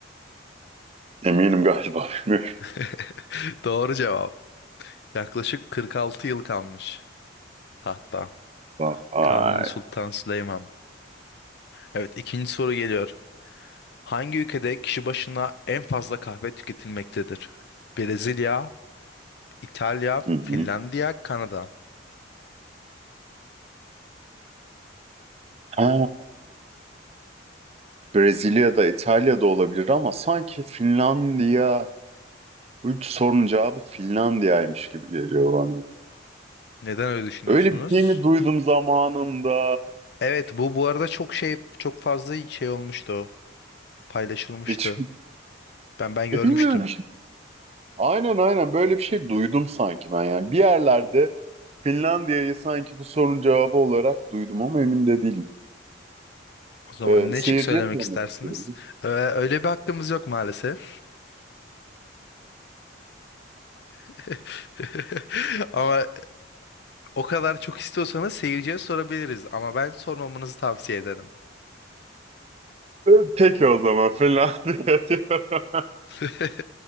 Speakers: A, on the right (about 30°); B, on the left (about 55°).
A: Eminim galiba <laughs> bilmiyorum.
B: <laughs> Doğru cevap. Yaklaşık 46 yıl kalmış tahtta.
A: Vay.
B: Kanuni Sultan Süleyman. Evet, ikinci soru geliyor. Hangi ülkede kişi başına en fazla kahve tüketilmektedir? Brezilya, İtalya,
A: Hı hı.
B: Finlandiya, Kanada.
A: Ha, Brezilya'da, İtalya'da olabilir ama sanki Finlandiya, bu üç sorunun cevabı Finlandiya'ymış gibi geliyor bana.
B: Neden öyle düşünüyorsunuz?
A: Öyle bir şey mi duydum zamanında?
B: Evet bu bu arada çok şey çok fazla şey olmuştu. Paylaşılmıştı.
A: Hiç,
B: Ben ben görmüştüm.
A: e, bilmiyorum Aynen aynen böyle bir şey duydum sanki ben yani. Bir yerlerde Finlandiya'yı sanki bu sorunun cevabı olarak duydum ama emin de değilim.
B: O zaman
A: Ee,
B: ne
A: seyirciye
B: şık söylemek
A: sormak
B: istersiniz?
A: istiyorum.
B: Ee, öyle bir hakkımız yok maalesef. <laughs> Ama o kadar çok istiyorsanız seyirciye sorabiliriz. Ama ben sormamanızı tavsiye ederim.
A: <laughs> Peki o zaman Finlandiya diyorum. <laughs>
B: <laughs>